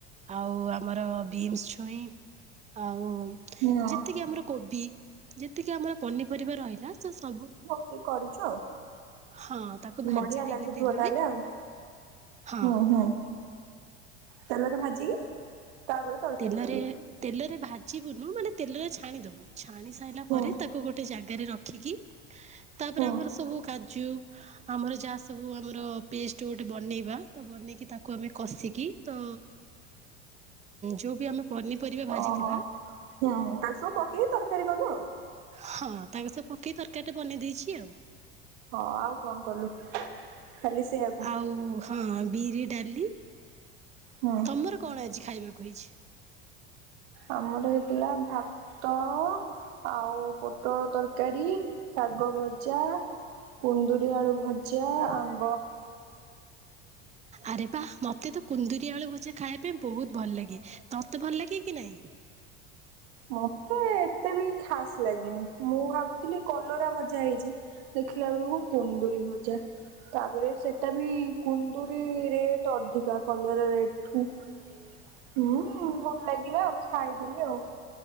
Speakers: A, on the right (about 20°); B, on the right (about 70°).
A: ଆଉ ଆମର ବିନ୍ସ ଛୁଇଁ ଆଉ।
B: ହୁଁ
A: ଯେତିକି ଆମର କୋବି ଯେତିକି ଆମର ପନିପରିବା ରହିଲା ସେ ସବୁ।
B: ତୁ କରିଛୁ।
A: ହଁ ତାକୁ ଭାଜିଦେଲି
B: ବଢିଆ ଲାଗୁଥିବ
A: ତେଲରେ
B: ତାହେଲେ ଆଉ
A: ହଁ
B: ହୁଁ ହୁଁ। ତେଲ ରେ ଭାଜିକି ତାପରେ। ତରକାରୀ
A: ତେଲରେ
B: କଲୁ।
A: ତେଲରେ ଭାଜିବୁନୁ। ମାନେ ତେଲରେ ଛାଣିଦବୁ ଛାଣି ସାରିଲା
B: ହୁଁ
A: ପରେ ତାକୁ। ତାକୁ ଗୋଟେ ଜାଗାରେ ରଖିକି ତାପରେ
B: ହୁଁ
A: ଆମର ସବୁ କାଜୁ। ଆମର ଯାହା ସବୁ ଆମର ପେଷ୍ଟ ଗୋଟେ ବନେଇବା ତ ବନେଇକି ତାକୁ ଆମେ କଷିକି। ତ ଯେଉଁ ବି ଆମେ। ପନିପରିବା। ଭାଜିଥିବା
B: ଓହୋ ହୁଁ ତାକୁ ସବୁ ପକେଇକି ତରକାରୀ କଲୁ ଆଉ।
A: ହଁ ତାଙ୍କ ସହ ପକେଇ ତରକାରୀଟା ବନେଇ ଦେଇେଇଛି ଆଉ।
B: ହଁ ଆଉ କଣ କଲୁ ଖାଲି ସେଆକୁ।
A: ଆଉ ହଁ ବିରି ଡାଲି।
B: ହୁଁ
A: ତମର କଣ ଆଜି ଖାଇବାକୁ ହେଇଛି?
B: ଆମର ହେଇଥିଲା ଭାତ ଆଉ ପୋଟଳ ତରକାରୀ ଶାଗ ଭଜା କୁଣ୍ଡୁରି ଆଳୁ ଭଜା ଆମ୍ବ।
A: ଆରେ ବା ମୋତେ ତ କୁନ୍ଦୁରି ଆଳୁ ଭଜା ଖାଇବା ପାଇଁ ବହୁତ ଭଲ ଲାଗେ। ତତେ ଭଲ ଲାଗେ କି ନାହିଁ?
B: ମତେ ଏତେ ବି ଖାସ ଲାଗିନି। ମୁଁ ଭାବୁଥିଲି କଲରା ଭଜା ହେଇଛି। ଦେଖିଲା ବେଳକୁ କୁନ୍ଦୁରୀ ଭଜା। ତାପରେ ସେଟା ବି କୁନ୍ଦୁରୀ ରେଟ ଅଧିକା କଲରା ରେଟଠୁ।
A: ହୁଁ
B: ହୁଁ ଭଲ ଲାଗିଲା ଆଉ ଖାଇଦେଲି ଆଉ।